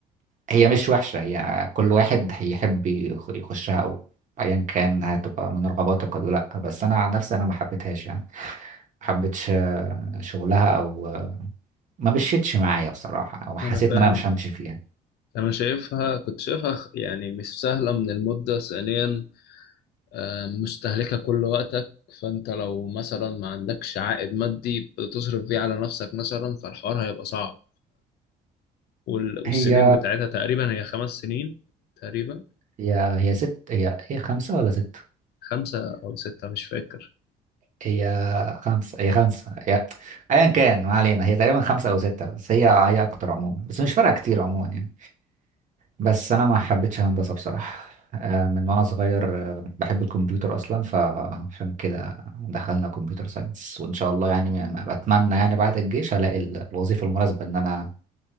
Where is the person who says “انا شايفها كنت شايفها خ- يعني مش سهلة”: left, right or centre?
Left